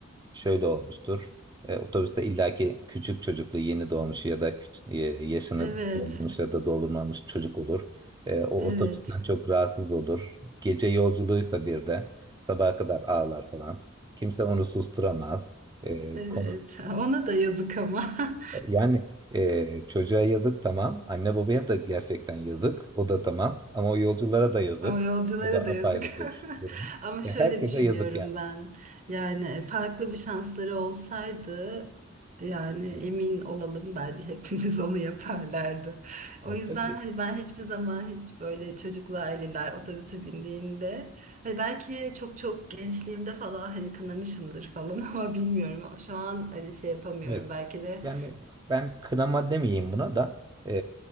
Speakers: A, on the right; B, on the right.
A: şöyle olmuştur. Eee, otobüste illaki küçük çocuklu yeni doğmuş ya da küç- eee, yaşını
B: Evet,
A: doldurmuş ya da doldurmamış çocuk olur. Eee, o
B: evet,
A: otobüsten çok rahatsız olur. Gece yolculuğuysa bir de sabaha kadar ağlar falan. Kimse onu susturamaz. Eee
B: evet.
A: konu-
B: Ona da yazık ama. <laughs>
A: Yani e, çocuğa yazık tamam. Anne babaya da gerçekten yazık. O da tamam. Ama o yolculara da yazık.
B: Ama yolculara
A: O da
B: da
A: apayrı
B: yazık.
A: bir
B: <laughs>
A: durum.
B: Ama
A: E,
B: şöyle
A: herkese
B: düşünüyorum
A: yazık yani.
B: ben. Yani e, farklı bir şansları olsaydı yani emin
A: Evet.
B: olalım bence hepimiz <laughs> onu yaparlardı. O
A: Evet,
B: yüzden
A: tabii,
B: hani ben hiçbir zaman hiç böyle çocuklu aileler otobüse bindiğinde hani belki çok çok gençliğimde falan hani kınamışımdır falan <laughs> ama bilmiyorum. Şu an hani şey yapamıyorum
A: evet.
B: belki de
A: Yani ben kınama demeyeyim buna da e,